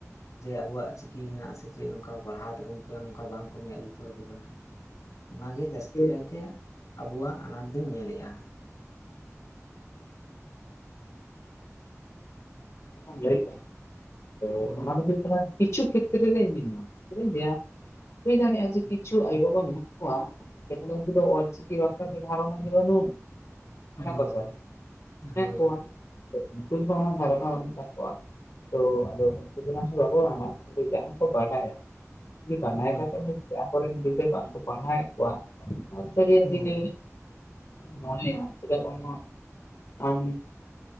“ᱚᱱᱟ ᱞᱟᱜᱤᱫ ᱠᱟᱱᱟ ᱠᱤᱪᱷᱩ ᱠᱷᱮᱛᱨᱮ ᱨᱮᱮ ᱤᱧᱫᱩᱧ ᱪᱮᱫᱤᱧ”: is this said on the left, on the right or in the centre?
Left